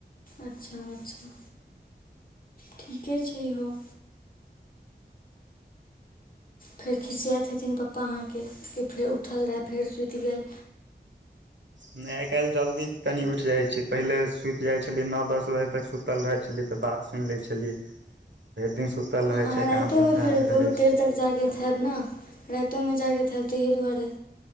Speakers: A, on the left; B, on the right.
A: अच्छा अच्छा ठीके छै इहो फेर खिसियाइत हेथि पप्पा अहाँके कि फेर उठल रहय फेर सुति गेल
B: न आय काल्हि जल्दी तनि उठि जाइ छै पहिले सुति जाइ छलियै नओ दस बजे तक सुतल रहै छलियै तऽ बात सुनि लै छलियै भेरि दिन सुतल
A: हँ
B: रहै
A: अहाँ
B: छैऽ
A: रातिओमे
B: काम धन्धा
A: फेर
B: नहि
A: बहुत
B: रहै छै
A: देर तक जागे हयब नऽ रायतो मऽ जागैत हयब ताहि दुआरे